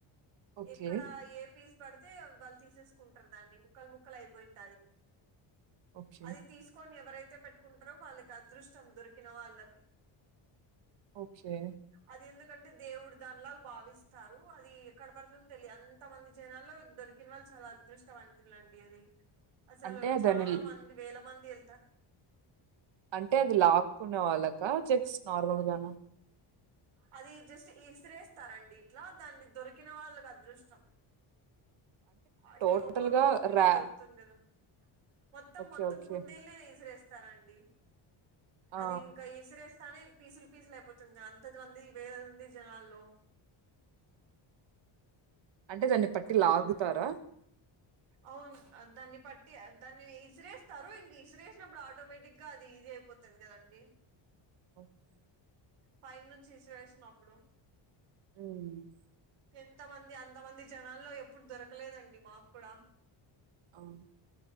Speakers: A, on the right (about 60°); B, on the right (about 85°).
A: ఓకే
B: ఎక్కడా ఏపీస్ పడ్తే వాళ్ళు తీసేస్కుంటార్ దాన్ని ముక్కల్ ముక్కల్ అయిపోయి ఉంటాది
A: ఓకే
B: అది తీస్కోన్ ఎవరై తే పెట్టుకుంటరో వాళ్ళకి అదృష్టం దొరికిన వాళ్ళకి
A: ఓకే
B: అది ఎందుకంటే దేవుడు దాన్ లాగ్ భావిస్ తారు అది ఎక్కడ పడుతుందో తెలి అంత మంది జనాల్లో దొరికిన వాళ్ళు చాలా అదృష్టవంతులండి అది అసలు
A: అంటే
B: చాలా
A: దాని
B: మంది వేల మంది ఎళ్తా
A: అంటే అది లాక్కునే వాళ్ళకా జస్ట్ నార్మల్గానా
B: అది జస్ట్ ఇసిరేస్తారండి ఇట్లా దాన్ని దొరికిన వాళ్ళక్ అదృష్టం అంటే
A: టోటల్
B: ఒకోర్ ఒక్కో
A: గా
B: పీస్
A: రా
B: దొరుకుతుంది గడా మొత్తం
A: ఓకే
B: మొత్తం
A: ఓకే
B: కుందేల్నే ఇసిరేస్తారండి
A: ఆ,
B: అది ఇంకా ఇసిరేస్ స్తనే పీసుల్ పీసుల్ అయిపోతుంది గదా అంత మంది వేలంది జనాల్లో
A: ఆ అంటే దాన్ని పట్టి
B: అట్లన్
A: లాగుతారా
B: అవున్ దాన్ని పట్టి దాన్ని ఇసిరేస్తారు ఇంక ఇసిరేసినప్పుడు ఆటోమేటిక్గా అది ఈజీ అయిపోతది కదండి.
A: ఓకేే
B: ఫైన్ నుంచి ఇసిరేసినప్పుడు
A: మ్
B: ఎంతమంది అంతమంది జనాల్లో ఎప్పుడు దొర్కలేదండి మాక్ కూడా
A: అవున్